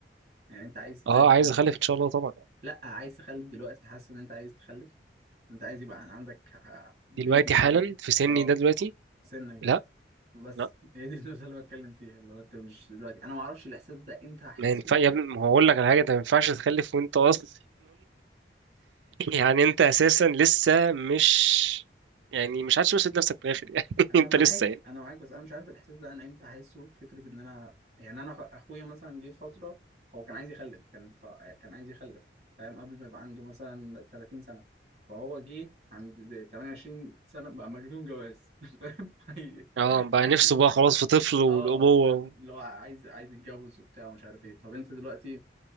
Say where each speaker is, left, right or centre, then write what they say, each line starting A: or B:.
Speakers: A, on the right; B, on the right.
A: يعني انت عايز
B: اه
A: عايز
B: عايز
A: تخلف
B: اخلف ان شاء الله طبعا
A: لا عايز تخلف دلوقتي حاسس ان انت عايز تخلف انت عايز يبقى عندك ح- بيبي
B: دلوقتي حالا في سني
A: اه
B: ده دلوقتي
A: في سنك ده
B: لا
A: بس
B: لا
A: هي دي النقطه اللي بتكلم فيها اللي هو انت مش دلوقتي انا ما اعرفش الاحساس ده امتى هحسه
B: ما ينفع يا ابني ما هقول لك على حاجه انت ما ينفعش تخلف وانت اصلا يعني انت اساسا لسه مش يعني مش عادش مسؤول نفسك في الاخر يعني <laughs>
A: انا
B: انت
A: معاك
B: لسه يعني
A: انا معاك بس انا مش عارف الاحساس ده انا امتى هحسه فكره ان انا يعني انا أخ- اخويا مثلا جه في فتره هو كان عايز يخلف كان ف... كان عايز يخلف فاهم قبل ما يبقى عنده مثلا 30 سنه فهو جه عند 28 سنه بقى مجنون جواز <laughs> فاهم عايز
B: اه بقى
A: عايز-
B: نفسه بقى خلاص في طفل والابوه
A: اه فاهم اللي هو عايز عايز يتجوز وبتاع ومش عارف ايه طب انت دلوقتي